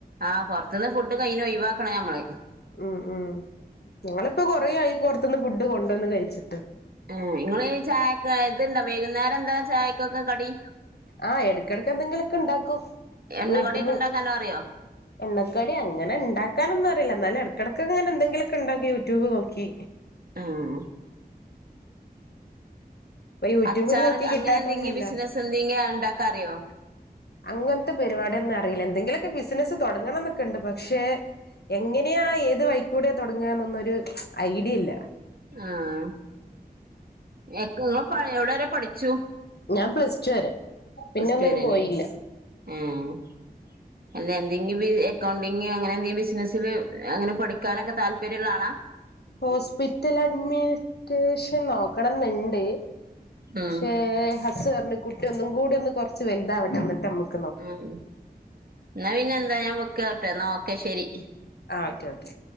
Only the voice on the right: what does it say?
ആഹ് പുറത്ത്ന്ന് ഫുഡ് കഴിയുന്നു ഒഴിവാക്കണം നമ്മള്.
ഉം ഇങ്ങളീ ചായക് ഇത്ണ്ടാ വൈകുന്നേരെന്താ ചായക്കൊക്കെ കടി?
എണ്ണ
കടിയൊക്കെ ഉണ്ടാക്കാല്ലോ അറിയോ
ആഹ്
അച്ചാറ്
അങ്ങനെ
ന്തെങ്കി ബിസിനസ്സ് ന്തെങ്കി ഇണ്ടാക്കറിയ്യോ.
ആഹ് എക്ക് നിങ്ങൾ എവിടെ വരെ പഠിച്ചു.
പ്ലസ്
ടു വരല്ലേ
ആഹ് അല്ല എന്തെങ്കിൽ വി എക്കൗണ്ടിങ്ങ് അങ്ങനെ എന്തേൽ ബിസിനസ്സില് അങ്ങനെ പഠിക്കാനൊക്ക താല്പര്യള്ള ആളാ.
ഉം
ഉം എന്നാ പിന്നെ എന്താ ഞാൻ വെക്കാ ട്ടേ ന്നാ ഓകെ ശെരി.